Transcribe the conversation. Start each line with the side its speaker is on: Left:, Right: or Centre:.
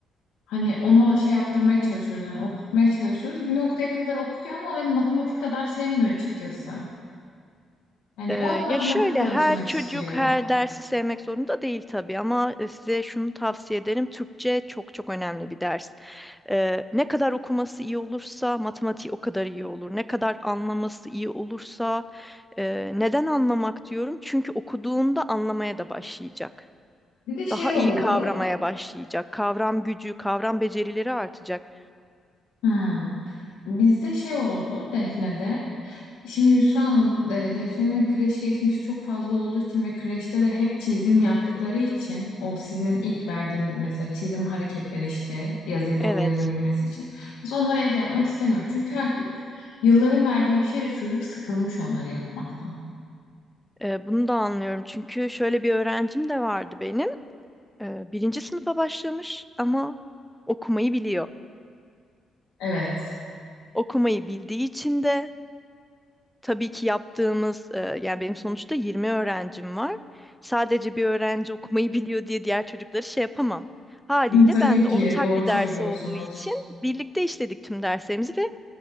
Left: Hani onu şey yaptırmaya çalışıyoruz. Hani okutmaya çalışıyoruz. Bir noktaya kadar okuyor ama hani matematik kadar sevmiyor açıkçası. Hani
Centre: Ee,
Left: o hep matematik
Centre: ya şöyle
Left: çalışmak
Centre: her çocuk
Left: istiyor.
Centre: her dersi sevmek zorunda değil tabii ama e, size şunu tavsiye ederim. Türkçe çok çok önemli bir ders. Ee, ne kadar okuması iyi olursa matematiği o kadar iyi olur. Ne kadar anlaması iyi olursa e, neden anlamak diyorum? Çünkü okuduğunda anlamaya da başlayacak.
Left: Bir de şey
Centre: daha
Left: oldu.
Centre: iyi kavramaya başlayacak. Kavram gücü, kavram becerileri artacak.
Left: Hmm. Bizde şey oldu Defne'de. Şimdi Yusra Hanım, e, Defne'nin kreş geçmişi çok fazla olduğu için ve kreşte de hep çizim yaptıkları için o sizin ilk verdiğiniz mesela çizim hareketleri işte yazıyı
Centre: Evet,
Left: doğru yazabilmesi için. Biz onları evde yapmak istemiyoruz. Çünkü artık yılların verdiği bir şeyle çocuk sıkılmış onları yapmaktan.
Centre: e, bunu da anlıyorum. Çünkü şöyle bir öğrencim de vardı benim. E, birinci sınıfa başlamış ama okumayı biliyor.
Left: Evet,
Centre: Okumayı bildiği için de tabii ki yaptığımız, e, yani benim sonuçta 20 öğrencim var. Sadece bir öğrenci okumayı biliyor diye diğer çocukları şey yapamam. Haliyle
Left: <laughs> tabii
Centre: ben de
Left: ki
Centre: ortak
Left: doğru
Centre: bir ders
Left: söylüyorsunuz.
Centre: olduğu için birlikte işledik tüm derslerimizi ve